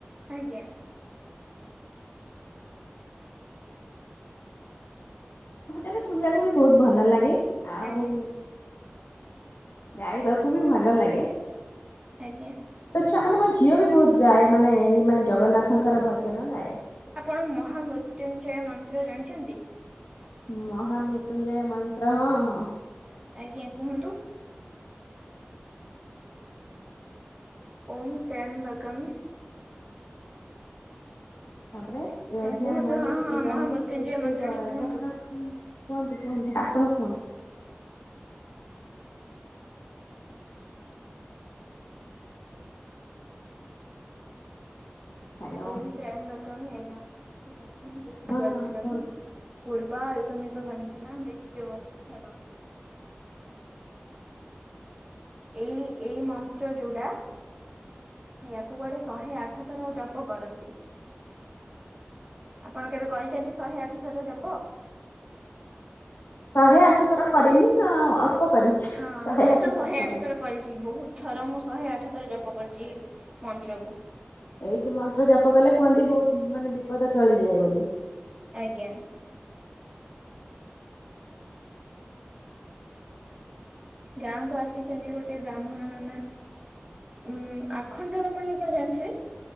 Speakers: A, on the right (about 25°); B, on the left (about 75°).
A: ଆଜ୍ଞା
B: ଭଜନ ଶୁଣିବାକୁ ବି ବହୁତ ଭଲ ଲାଗେ ଆଉ
A: ଆଜ୍ଞା
B: ଗାଇବାକୁ ବି ଭଲ ଲାଗେ।
A: ଆଜ୍ଞା
B: ତାମାନେ ମୋ ଝିଅ ବି ବହୁତ ଗାଏ ମାନେ ଏଇ ମାନେ ଜଗନ୍ନାଥଙ୍କର ଭଜନ ଗାଏ।
A: ଆପଣ ମହାମୃତ୍ୟୁଞ୍ଜୟ ମନ୍ତ୍ର ଜାଣିଛନ୍ତି।
B: ମହା ମୃତ୍ୟୁଞୟ ମନ୍ତ୍ର ହଁ ହଁ।
A: ଆଜ୍ଞା କୁହନ୍ତୁ। ଓମ୍ ତ୍ରୟଂବକମ୍
B: ତାପରେ
A: ଆପଣ
B: ୟଜାମୟୀ
A: କୁହନ୍ତୁ ହଁ
B: ସୁଗନ୍ଧି
A: ହଁ ମହାମୃତ୍ୟୁଞ୍ଜୟ
B: ପୂର୍ଷ୍ଟି
A: ମନ୍ତ୍ରଟି
B: ବର୍ଦ୍ଧନଗ
A: କୁହନ୍ତୁ
B: କୁହନ୍ତୁ କୁହନ୍ତୁ ଆପଣ କୁହନ୍ତୁ। ହ୍ୟାଲୋ
A: ଓମ୍ ତ୍ର୍ୟମ୍ବକମ୍ ୟଜାମହେ ସୁଗନ୍ଧି ପୃଷ୍ଟିବର୍ଦ୍ଧନଙ୍ଗ୍
B: ହଁ ହଁ କୁହନ୍ତୁ।
A: ପୂର୍ବାରୁ କମେବ ବନ୍ଧନା ମୃତ୍ୟୁ ମୋକ୍ଷ ମାଙ୍ଗ ଏଇ ଏଇ ମନ୍ତ୍ର ଯୋଉଟା ୟାକୁ କୁଆଡେ ଶହେ ଆଠ ଥର ଜପ କରନ୍ତି। ଆପଣ କେବେ କରିଛନ୍ତି ଶହେ ଆଠ ଥର ଜପ।
B: ଶହେ ଆଠ ଥର କରିନି ହଁ ଅଳ୍ପ କରିଛି।
A: ହଁ
B: ଶହେ
A: ମୁଁ
B: ଆଠ
A: ତ ଶହେ
B: କରିନି
A: ଆଠ ଥର କରିଛି ବହୁତ ଥର ମୁ ମୁଁ ଶହେ ଆଠ ଥର ଜପ କରିଛି ମନ୍ତ୍ର କୁ।
B: ଏଇ ଯେ ମନ୍ତ୍ର ଜପ କଲେ କୁହନ୍ତି ବହୁତ ମାନେ ବିପଦ ଟଳିଯାଏ ବୋଲି।
A: ଆଜ୍ଞା ଗାଁ କୁ ଆସିଛନ୍ତି ଗୋଟେ ବ୍ରାହ୍ମଣ ନନା। ଉଁ ଆଖଣ୍ଡଳମଣି ଆପଣ ଜାଣିଥିବେ।